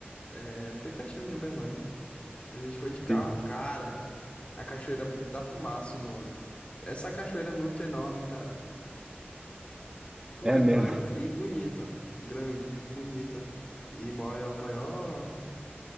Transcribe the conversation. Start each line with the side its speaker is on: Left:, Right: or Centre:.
Left: é bem pertinho de Uberlândia. A gente foi de carro,
Right: sim.
Left: cara. A Cachoeira da Fumaça, o nome. Essa cachoeira é muito enorme, cara. Tu é
Right: É mesmo.
Left: doido
Right: <laughs>
Left: e bonita. Grande, bonita. E maior, maior,